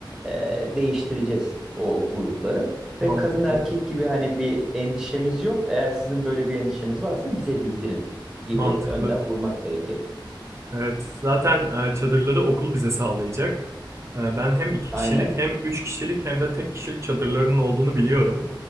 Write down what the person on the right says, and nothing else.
Mantıklı.
Mantıklı.
Evet, zaten e, çadırları okul bize sağlayacak. E, ben hem iki
kişilik hem üç kişilik hem de tek kişilik çadırlarının olduğunu biliyorum.